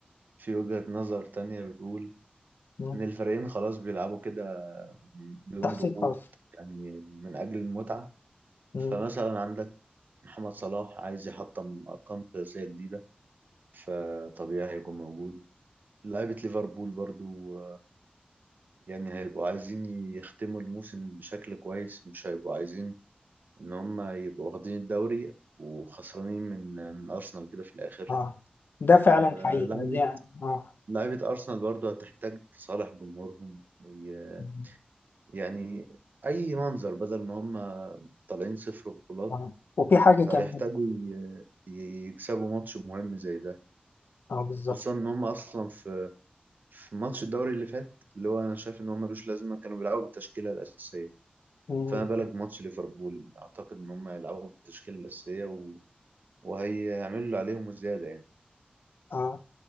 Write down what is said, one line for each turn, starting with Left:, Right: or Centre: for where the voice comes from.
Right: في وجهة نظر تانية بتقول
Left: مم.
Right: إن الفريقين خلاص بيلعبوا كده بدون
Left: تحصيل
Right: ضغوط
Left: خاص
Right: يعني من أجل المتعة
Left: مم.
Right: فمثلا عندك محمد صلاح عايز يحطم أرقام قياسية جديدة فطبيعي هيكون موجود لعيبة ليفربول برضو آه، يعني هيبقوا عايزين يختموا الموسم بشكل كويس مش هيبقوا عايزين إن هم يبقوا واخدين الدوري وخسرانين من من أرسنال كده في الآخر
Left: اه ده فعلا
Right: آه،
Left: حقيقه
Right: لعيبة
Left: دي يعني، اه,
Right: لعيبة أرسنال برضو هتحتاج تصالح جمهورهم ي-
Left: مم.
Right: يعني أي منظر بدل ما هم طالعين صفر بطولات
Left: آه. وفي حاجه كمان
Right: فهيحتاجوا ي- يكسبوا ماتش مهم زي ده
Left: اه بالظبط
Right: خصوصا ان هم اصلا في في ماتش الدوري اللي فات اللي هو انا شايف ان هو ملوش لازمه كانوا بيلعبوا بالتشكيله الاساسيه
Left: مم.
Right: فما بالك ماتش ليفربول اعتقد ان هم هيلعبوا بالتشكيله الاساسيه و... وهيعملوا اللي عليهم وزياده يعني
Left: اه